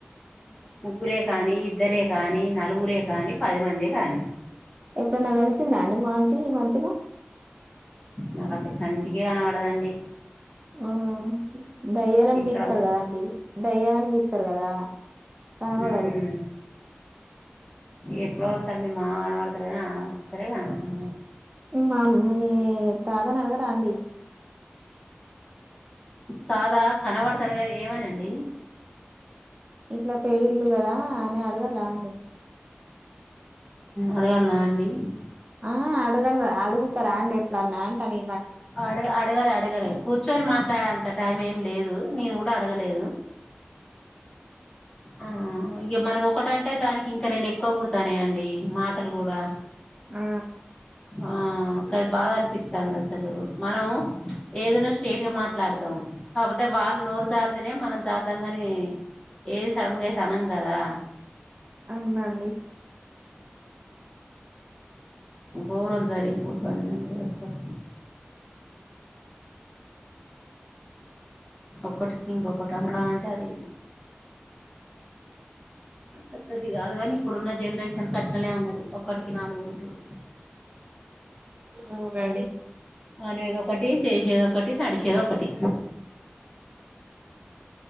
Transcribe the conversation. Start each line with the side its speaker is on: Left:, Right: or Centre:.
Left: ముగ్గురే కానీ ఇద్ ఇద్దరే కానీ నలుగురే కానీ పది మందే కానీ
Right: ఎప్పుడన్న కలిసిందా అండి మాఆంటీ ఈ మధ్యలో
Left: నాకు అసలు కంటికే కనపడదండి.
Right: ఆ దయ్యాలని
Left: ఎక్కడ
Right: బీకుతారు
Left: పో
Right: కదండి. దయ్యాలని పిక్తారు కదా కనపడరు.
Left: ఉమ్ ఎప్పుడో ఒకసారి మీ మామ కనబడతడు కానీ ఆమె అస్సలే కనబడదు
Right: మా తాదానే అడుగా రాండడి
Left: తాత కనవాడతారుగారు ఏమనండి
Right: ఇట్లా పెే ఇల్ళలు కదా అని అడగర్లా అండి
Left: అడగాలలాఅండి
Right: ఆ అడగలరా అడుగుతారా అండి ఎప్పుడున్నా అంట అని
Left: అడ అడగర అడగలి కూర్చొని మాట్లాడేంత టైం ఏం లేదు నేను కూడా అడగలేదు ఆ ఇక మనం ఒకట అంటే దానికి ఇంకా రెండు ఎక్కువ కుడతానే అండి మాటలు కూడా
Right: ఆ
Left: ఆకాది బాధ అనిపిస్తుంది అసలు మనం ఏదైనాో స్టేట్గా మాట్లాడతాం కాకపోతే వాళ్ళు నోరు జాారితేనే మనం జారాతం కాని ఏది సడన్గా అయి తనం కదా
Right: అవునాన్ని
Left: ఘోరవం జరిగిపోతుందండి అసలు ఒకటికి ఇంకొకటి ఉండడం అంటే అది పద్దతి కాదు కాని ఇప్పుడున్న జనరేషన్ కాట్లనే ఉన్నది ఒకటికి నాలుగు పుట్టుడు
Right: అవునండి
Left: అనేది ఒకటి చేసేది ఒకటి నడిచేది ఒకటి